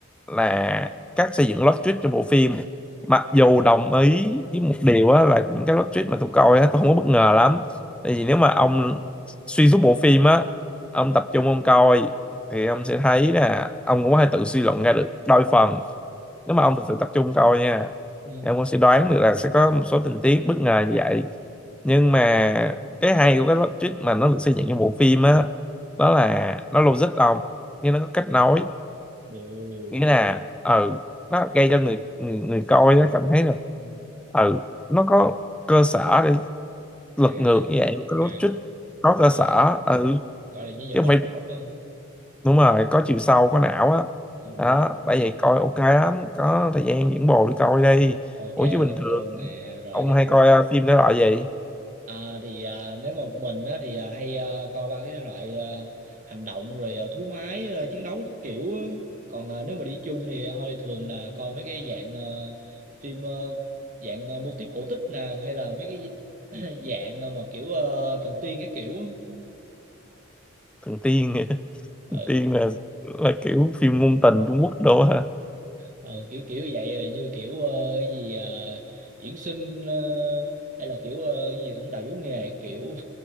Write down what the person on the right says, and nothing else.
ừ.
đều
ừ.
à
à
ok
gọi là nhân vật
có
não hơn
Ừ,
ok
Ok
được
luôn nè rồi
chắc
à, thì à, nếu mà một mình á, thì à, hay à, coi ba cái loại à, hành động rồi à, thú máy à, chiến đấu các kiểu á. Còn à, nếu mà đi chung thì thôi thường là coi mấy cái dạng à, phim à, dạng à, mô típ cổ tích nè hay là mấy cái <clears throat> dạng à, mà kiểu à, thần tiên các kiểu á.
ừ,
ừ kiểu kiểu vậy rồi như kiểu ờ, cái gì à, chuyển sinh ờ, hay là kiểu ờ, cái gì tổng tài vũ nghề các kiểu